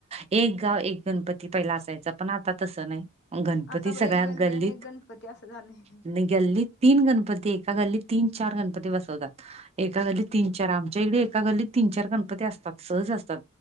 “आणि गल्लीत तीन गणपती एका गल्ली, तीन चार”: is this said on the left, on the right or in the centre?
Right